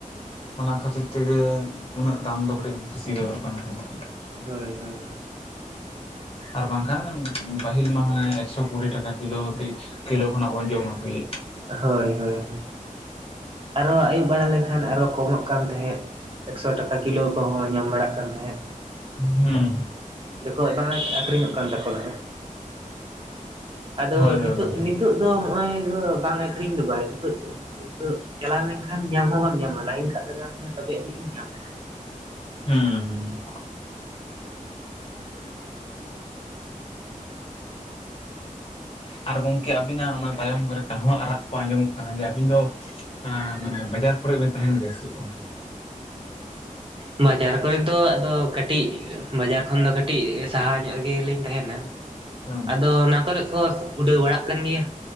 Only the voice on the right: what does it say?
ᱦᱳᱭ ᱦᱳᱭ ᱦᱳᱭ
ᱦᱳᱭ ᱦᱳᱭ, ᱟᱨᱚ ᱟᱹᱭᱩᱵ ᱵᱟᱲᱟ ᱞᱮᱱᱠᱷᱟᱱ ᱟᱨᱚ ᱠᱚᱢᱚᱜ ᱠᱟᱱ ᱛᱟᱦᱮᱸᱫ᱾ ᱮᱠᱥᱚ ᱴᱟᱠᱟ ᱠᱤᱞᱳ ᱠᱚᱦᱚᱸ ᱧᱟᱢ ᱵᱟᱲᱟᱜ ᱠᱟᱱ ᱛᱟᱦᱮᱸᱫ᱾
ᱡᱚᱠᱷᱚᱡ ᱵᱟᱝᱟ ᱟᱠᱷᱨᱤᱧᱚᱜ ᱠᱟᱱ ᱛᱟᱠᱚ ᱛᱟᱦᱮᱸᱜ ᱟᱫᱚ
ᱱᱤᱛᱚᱜ
ᱱᱤᱛᱳᱜ ᱫᱚ ᱱᱚᱜᱼᱚᱭ ᱵᱟᱝ ᱟᱹᱠᱷᱨᱤᱧ ᱫᱚ ᱵᱟᱭ ᱱᱤᱛᱚᱜ ᱪᱟᱞᱟᱣ ᱞᱮᱱᱠᱷᱟᱱ ᱧᱟᱢ ᱦᱚᱸ ᱵᱟᱢ ᱧᱟᱢᱟ ᱞᱟᱭᱤᱱ ᱠᱟᱜ ᱞᱟᱜᱟᱣ ᱢᱮᱭᱟ ᱛᱚᱵᱮ ᱟᱹᱱᱤᱡ ᱮᱢ ᱧᱟᱢᱟ᱾
ᱵᱟᱡᱟᱨ ᱠᱚᱨᱮ ᱫᱚ ᱟᱫᱚ ᱠᱟᱹᱴᱤᱡ ᱵᱟᱡᱟᱨ ᱠᱷᱚᱱ ᱫᱚ ᱠᱟᱹᱴᱤᱡ ᱥᱟᱦᱟ ᱧᱚᱜ ᱜᱮᱞᱤᱧ ᱛᱟᱦᱮᱱᱟ
ᱟᱫᱚ ᱚᱱᱟ ᱠᱚᱨᱮ ᱠᱚ ᱩᱰᱟᱹᱣ ᱵᱟᱲᱟᱜ ᱠᱟᱱ ᱜᱮᱭᱟ